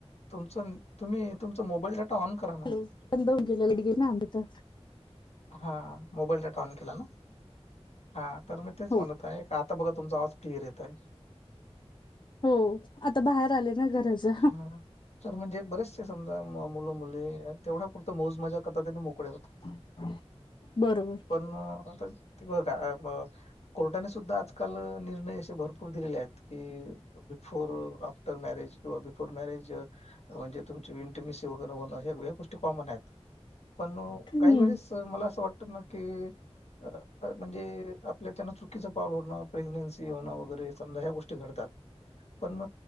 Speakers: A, on the left; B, on the left.
A: तुमच, तुम्ही तुमचा मोबाईल डाटा ऑन करा.
B: हॅलो
A: ना.
B: बंद होऊन गेल <unintelligible>
A: हा मोबाईल डाटा ऑन केला ना? हा तर मी तेच
B: हो
A: म्हणत आहे. आता बघा तुमचा आवाज क्लिअर येत आहे.
B: हो आता बाहेर आले ना घराच्या.
A: हा. तर म्हणजे बरेचसे समजा मुल मुली तेवढ्या पुुरत मौज मजा करतात आणि मोकळे होतात.
B: <inaudible> बरोबर.
A: पण आता ते बघा <unintelligible> कोर्टाने सुद्धा आजकाल निर्णय असे भरपूर दिलेले आहेत की बिफोर आफ्टर मॅरेज किंवा बिफोर मॅरेज म्हणजे तुमची तुम्ही <unintelligible> होत आहे या गोष्टी कॉमन आहेत पण
B: हम्म
A: काही वेळेस तर मला अस वाटत ना की अ म्हणजे आपल्याचान चुकीच पाऊल होण प्रेग्नेन्सी होण वगैरे समजा ह्या गोष्टी घडतात. पण